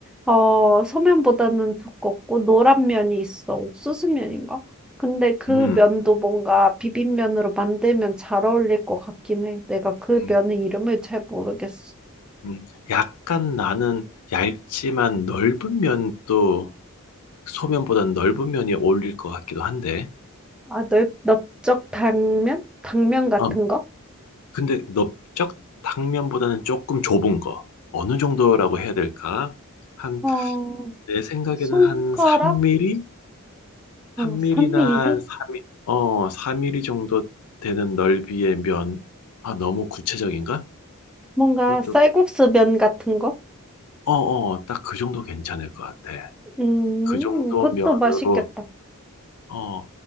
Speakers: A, in the centre; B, on the left (about 85°).
A: 어, 소면보다는 두껍고 노란 면이 있어. 옥수수 면인가? 근데 그
B: 음.
A: 면도 뭔가 비빔면으로 만들면 잘 어울릴 것 같긴 해. 내가 그
B: 음,
A: 면의 이름을 잘 모르겠어.
B: 음. 약간 나는 얇지만 넓은 면도 소면보다는 넓은 면이 어울릴 것 같기도 한데.
A: 아, 넓, 넓적 당면? 당면 같은
B: 아,
A: 거?
B: 근데 넓적 탕면보다는 조금 좁은 거. 어느 정도라고 해야 될까? 한,
A: 어,
B: 내 생각에는
A: 손가락?
B: 한 3mm? 3mm나
A: 아 3 밀리?
B: 한 3mm, 어, 4mm 정도 되는 넓이의 면. 아, 너무 구체적인가?
A: 뭔가
B: 그것도,
A: 쌀국수
B: 괜-
A: 면 같은 거?
B: 어, 어, 딱 그 정도 괜찮을 것 같아.
A: 음
B: 그 정도
A: 그것도
B: 면으로
A: 맛있겠다.
B: 어,